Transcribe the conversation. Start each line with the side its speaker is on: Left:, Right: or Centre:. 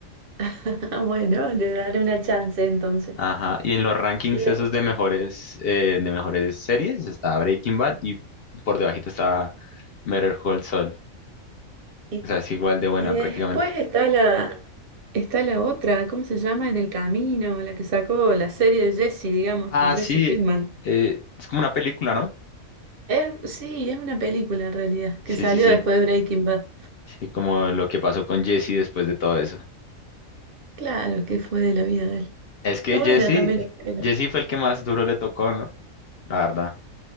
Right: <laughs> Bueno, le daré una chance entonces.
Left: Ajá, y en los rankings
Right: Y, de-
Left: esos de mejores, eh, de mejores series está Breaking Bad y por debajito está Better Call Saul.
Right: y-
Left: O sea, es igual de buena
Right: y después
Left: prácticamente.
Right: está la, está la otra, ¿cómo se llama? En el camino, la que sacó la serie de Jesse, digamos,
Left: Ah,
Right: de Jesse
Left: sí,
Right: Pinkman.
Left: eh, es como una película, ¿no?
Right: Es- sí, es una película en realidad, que
Left: Sí,
Right: salió
Left: sí, sí.
Right: después de Breaking Bad.
Left: Sí, como lo que pasó con Jesse después de todo eso.
Right: Claro, que fue de la vida de él.
Left: Es
Right: Está
Left: que
Right: buena
Left: Jesse,
Right: también, pero-
Left: Jesse fue el que más duro le tocó, ¿no? La verdad,